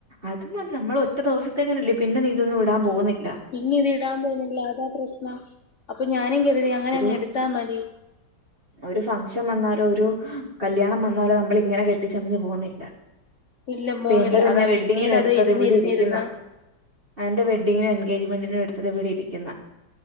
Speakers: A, on the right; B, on the left.
A: അത് മതി നമ്മളൊറ്റ ദിവസത്തേക്കല്ലേ പിന്നെ നീ ഇതൊന്നും ഇടാൻ പോന്നില്ല
B: പിന്നിതിടാൻ പോന്നില്ല അതാ പ്രശ്നം അപ്പൊ ഞാനും കരുതി അങ്ങനെ
A: ഒരു
B: അങ്ങ് എടുത്താ മതി
A: ഒരു ഫംഗഷൻ വന്നാലോ ഒരു കല്ല്യാണം വന്നാലോ നമ്മളിങ്ങനെ കെട്ടിച്ചമഞ്ഞ് പോന്നില്ല
B: ഇല്ല
A: ഇപ്പ
B: പോന്നില്ല
A: എൻ്റെ തന്നെ
B: അതാ
A: വെഡ്ഡിങ്ങിനെടുത്തത്
B: പിന്നീട് അത് ഇരുന്നിരുന്നിരുന്ന്
A: ഇവിടെ ഇരിക്കുന്ന് ആഹ് അന്റെ വെഡിങ്ങിനും എൻഗേജ്മെന്റിനും എടുത്തത് ഇവിടെ ഇരിക്കുന്ന്